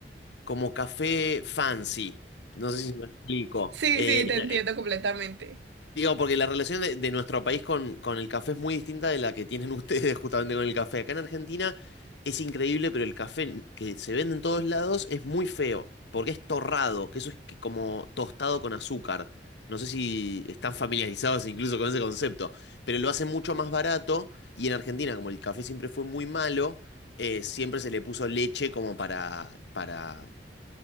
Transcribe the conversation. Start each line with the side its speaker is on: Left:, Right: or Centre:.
Left: como café fancy. No sé si me explico.
Right: sí,
Left: Eh,
Right: te entiendo
Left: eh,
Right: completamente.
Left: digo, porque la relación de, de nuestro país con, con el café es muy distinta de la que tienen <laughs> ustedes justamente con el café. Acá en Argentina es increíble, pero el café que se vende en todos lados es muy feo, porque es torrado, que eso es que como tostado con azúcar. No sé si están familiarizados incluso con ese concepto, pero lo hace mucho más barato y en Argentina, como el café siempre fue muy malo, eh, siempre se le puso leche como para, para